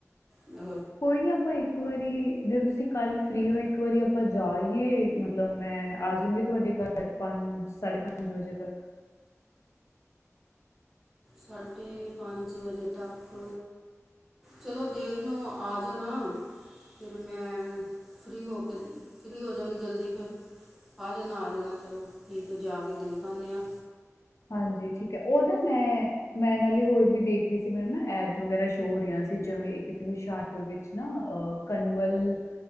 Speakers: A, in the centre; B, on the left (about 65°).
A: ਨਅ
B: ਕੋਈ ਨੀ ਆਪਾਂ ਇੱਕ ਵਾਰੀ ਜੇ ਤੁਸੀਂ ਕੱਲ ਫਰੀ ਹੋ, ਇੱਕ ਵਾਰੀ ਆਪਾਂ ਜਾਈ ਏ ਮਤਲਬ ਮੈਂ ਆਜਊਂਗੀ ਤੁਹਾਡੇ ਘਰ ਪੰਜ ਸਾਢੇ ਪੰਜ ਜਦੋ ਤੱਕ
A: ਸਾਢੇ ਪੰਜ ਵਜੇ ਤੱਕ ਚਲੋ ਦੇਖਲੋ ਆ ਜਾਣਾ। ਫਿਰ ਮੈਂ ਫ੍ਰੀ ਹੋ ਕੇ ਫ੍ਰੀ ਹੋਜਾਗੀ ਜਲਦੀ ਫੇਰ ਆ ਜਨਾ ਆ ਜਨਾ ਚਲੋ ਠੀਕ ਏ ਜਾ ਕੇ ਦੇਖ ਆਨੀ ਆ।
B: ਹਾਂਜੀ ਠੀਕ ਐ ਔ ਨਾ ਮੈਂ, ਮੈਂ ਨਾਲੇ ਹੋਰ ਵੀ ਦੇਖ ਰਹੀ ਸੀ। ਮੈਨੂੰ ਨਾ ਐਡ ਵਗੈਰਾ ਸ਼ੋ ਹੋ ਰਹੀਆਂ ਸੀ ਜਿਵੇਂ ਇਕ ਹੁਸ਼ਿਆਰਪੁਰ ਵਿੱਚ ਨਾ ਅ ਕੰਨਵਲ,